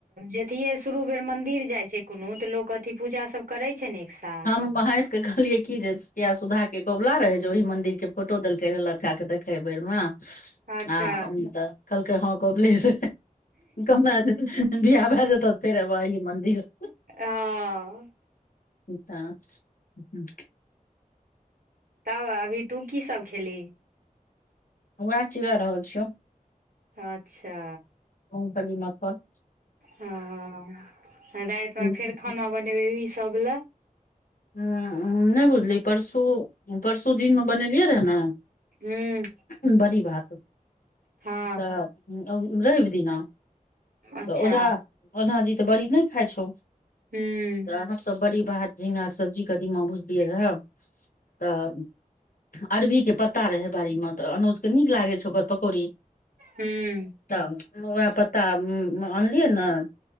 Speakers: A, on the right; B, on the left.
A: जधि शुरू बेर मन्दिर जाय छै कोनो तऽ लोक अथी पूजा सभ करे छै ने साथ
B: हम वहाँ। कहलियै की जे सुधा के कबुला रहे जे ओहि मन्दिर के फोटो देलके रहे लड़का के देखे बेर में आ
A: अच्छा
B: अम त कलके हँ कोपली <unintelligible> कहना हतै बियाह भए जेतय फेरब एही मन्दिर
A: हँ
B: तऽ ह
A: तब अभी तू की सब खेलही
B: वह ची भए रहल छिय
A: अच्छा
B: मूगफली मखान
A: हँ रातिमे
B: हूं
A: फेर खाना बनेबै सभ लए
B: उ नहि बुझली परसू परसु दिन मे बनेलियै रहे ने
A: हूँ
B: बड़ी भात
A: हँ
B: तऽ रवि दिना
A: अच्छा
B: तऽ ओझा ओझा जी तऽ बड़ी नहि खाई छौ तऽ
A: हूँ
B: सब त बड़ी भात झिंगा सब्जी कदिमा भुजलियै रहऽ तऽ अरबी के पत्ता रहै बाड़ी मे तऽ अनुज के नीक लागै छै ओकर पक -- कौड़ी
A: हूँ
B: त उएह पत्ता आनलियै ने